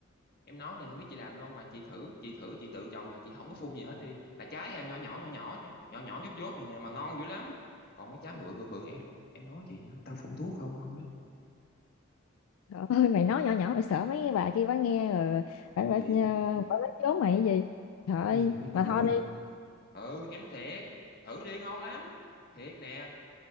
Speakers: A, on the left; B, on the left.
A: em nói này không biết chị làm đâu mà chị thử chị thử chị tự trồng mà chị không có phun gì hết đi là trái à, nhỏ nhỏ nhỏ nhỏ nhỏ nhỏ dốt dốt vậy nè mà ngon dữ lắm còn mấy trái mà bự bự bự em em nói chị á, tao phun thuốc không luôn đó
B: Trời <laughs> ơi mày nói nhỏ nhỏ mày sợ mấy cái bà kia bà nghe rồi phải
A: cái
B: phải
A: gì
B: phải, phải, phải, mày cái gì Trời ơi,
A: cái gì nữa trời
B: mà thôi đi
A: ừ em nói thiệt thử đi ngon lắm thiệt nè